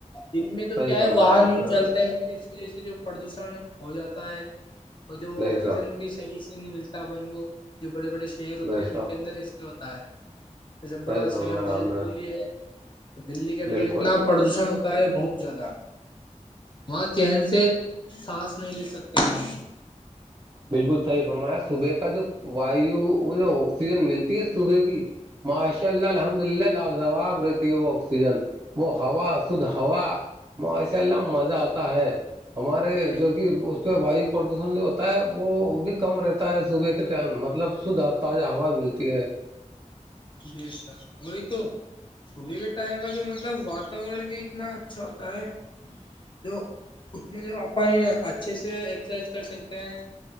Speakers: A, on the left; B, on the right.
A: دن میں تو
B: صحیح
A: کیا
B: فرمایا
A: ہے واہن
B: آپ نے
A: چلتے اس وجہ سے جو پردوشن ہو جاتا ہے اور جو
B: بے
A: آکسیجن
B: حساب
A: بھی صحیح نہیں ملتا بن کوو جو بڑے بڑے شہر ہوتے
B: بے حساب
A: ہیں ان کے اندر اس کے ہوتا ہے جس
B: صحیح
A: بڑا
B: فرمایا
A: شہر جیسے
B: آپ نے
A: دلی ہے تو دلی کے اندر
B: بالکل
A: اتنا
B: بالکل
A: پردوشن ہوتا بہت زیادہ وہاں چہن سے سانس نہیں لے سکتے آ
B: بالکل صحیح فرمایا صبح کا جو وایو وہ جو آکسیجن ملتی ہے صبح کی ماشاء اللہ الحمد للہ لاجواب رہتی ہے وہ آکسیجن وہ ہوا خود ہوا ماشاء اللہ مزہ آتا ہے ہمارے
A: جی
B: جو کہ اس پ وایو پردوشن جو ہو ہوتا ہے وہ بھی کم رہتا ہے صبح کے ٹائم مطلب شدھ تازہ ہوا ملتی ہے
A: جی سر وہی تو صبح کے ٹائم کا جو مطلب واتاورن بھی اتنا اچھا ہوتا ارے جو اس میں جو اپن اچھے سے ایکسرسائز کر سکتے ہیں